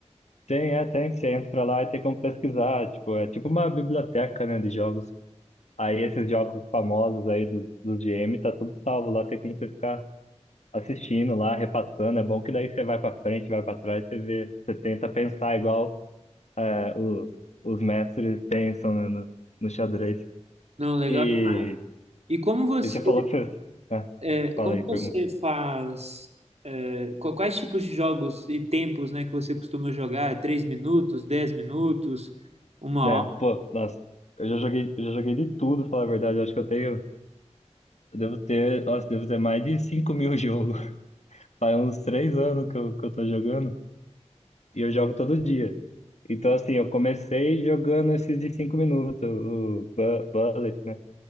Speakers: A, on the left; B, on the right.
A: Tem, é, tem. Você entra lá e tem como pesquisar. Tipo, é tipo uma biblioteca, né, de jogos. Aí esses jogos famosos aí do, do G M tá tudo salvo lá, tem como você ficar assistindo lá, repassando. É bom que daí você vai pra frente, vai pra trás, você vê, você tenta pensar igual é, os, os mestres pensam, né, no, no xadrez.
B: Não, legal.
A: E,
B: E como você,
A: e você falou que você... É,
B: é,
A: fala
B: como
A: aí, pergunta.
B: você faz, é, qu- quais tipos de jogos e tempos, né, que você costuma jogar? É Três minutos, dez minutos, uma
A: Né, pô, nossa, eu já joguei, eu já joguei de tudo, falar a verdade, eu acho que eu tenho... Eu devo ter, nossa, devo ter mais de cinco mil jogos. <laughs> Faz uns 3 anos que eu, que eu tô jogando. E eu jogo todo dia. Então, assim, eu comecei jogando esses de 5 minutos, o Bu- Bullet, né?